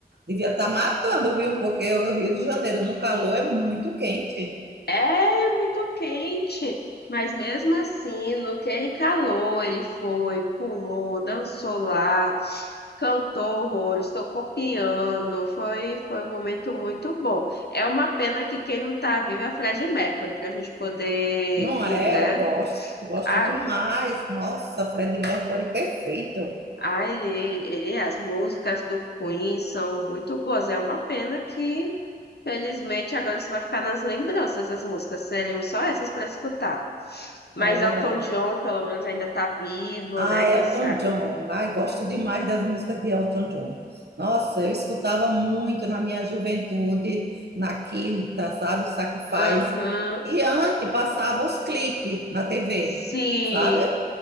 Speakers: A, on the right; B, on the left.
A: Devia estar matando, viu? Porque o Rio de Janeiro no calor é muito quente.
B: É é muito quente, mas mesmo assim, no que ele calou, ele foi, pulou, dançou lá, cantou horrores, tocou piano, foi, foi um momento muito bom. É uma pena que quem não tá vivo é a Freddie Mercury, pra gente poder
A: Não
B: ir,
A: é?
B: né?
A: Eu gosto, gosto
B: Ah.
A: demais. Nossa, Freddie Mercury perfeito.
B: Ah, ele, ele, as músicas do Queen são muito boas. É uma pena que, felizmente, agora você vai ficar nas lembranças das músicas. Teremos só essas para escutar. Mas
A: É verdade.
B: Elton John, pelo menos, ainda está vivo,
A: Ah,
B: né? Quem
A: Elton
B: sabe?
A: John. Ai, gosto demais das músicas de Elton John. Nossa, eu escutava muito na minha juventude, na Quinta, sabe, o Sacrifice.
B: Aham.
A: E antes passava os clipes na TV,
B: Sim.
A: sabe?